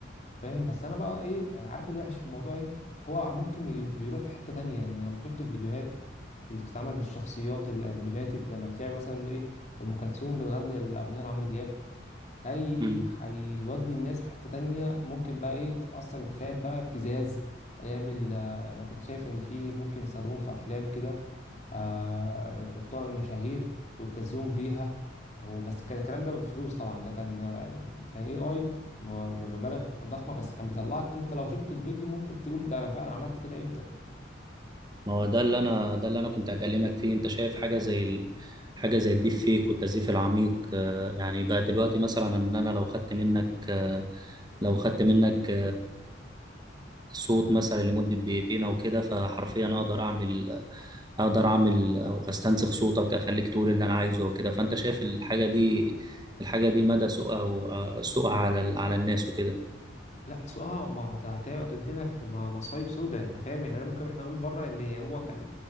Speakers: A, on the left; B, on the right.
A: فاهم بس انا بقى ايه عارف الوحش في الموضوع ايه هو ممكن بي- بيروح في حته تانية ان انا شفت الفيديوهات اللي بتتعمل بالشخصيات اللي اللي ماتت لما تلاقي مثلا ايه ام كلثوم بتغني الاغنيه لعمرو دياب هي ايه
B: مم.
A: هيودي الناس في حتة تانية ممكن بقى ايه تأثر انت فاهم بقى ابتزاز هيعمل آه، يعني انا كنت شايف ان في ممكن يستخدموهم في افلام كده آه يحطوها على المشاهير ويبتزوهم بيها هو بس كان الكلام ده بفلوس طبعا ده كان آه، يعني كان اي اي بمبالغ ضخمة بس كان بيطلعك انت لو شفت الفيديو ممكن تقول ده انا فعلا عملت كده امتى
B: ما هو ده اللي انا ده اللي انا كنت هكلمك فيه انت شايف حاجه زي ال... حاجه زي الديب فيك والتزييف العميق آه، يعني بقى دلوقتي مثلا ان انا لو خدت منك آه، لو خدت منك صوت مثلا لمدة دقيقتين او كده فحرفيا اقدر اعمل اقدر اعمل او استنسخ صوتك اخليك تقول اللي انا عايزه وكده فانت شايف الحاجة دي الحاجة دي مدى سوءها و- سوءها على ال- على الناس وكده
A: لا سو اه ما هو ده هتقعد تدينا في ما- مصايب سودا انت فاهم يعني أنا ممكن احنا نقول بره ان هو كان